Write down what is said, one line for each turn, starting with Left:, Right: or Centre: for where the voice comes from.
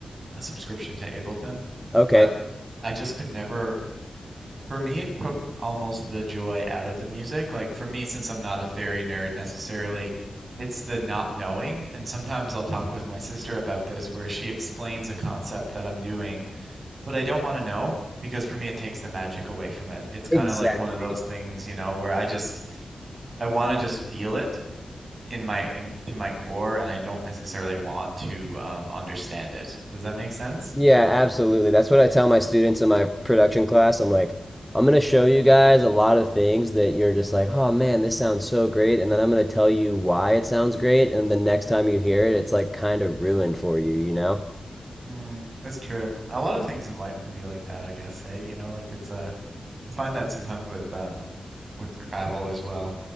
Right: a subscription to Ableton.
Centre: Okay.
Right: But I just could never For me, it took almost the joy out of the music. Like for me, since I'm not a theory nerd necessarily, it's the not knowing. And sometimes I'll talk with my sister about this where she explains a concept that I'm doing, but I don't want to know because for me, it takes the magic away from it. It's kind
Centre: Exactly.
Right: of like one of those things, you know, where I just I want to just feel it in my in, to my core, and I don't necessarily want to um, understand it. Does that make sense?
Centre: Yeah, absolutely. That's what I tell my students in my production class. I'm like, I'm gonna show you guys a lot of things that you're just like, oh man, this sounds so great, and then I'm gonna tell you why it sounds great, and the next time you hear it, it's like kind of ruined for you, you know?
Right: Mm, that's true. A lot of things in life can be like that, I guess. Hey, you know, like it's uh I find that sometimes with um with travel as well.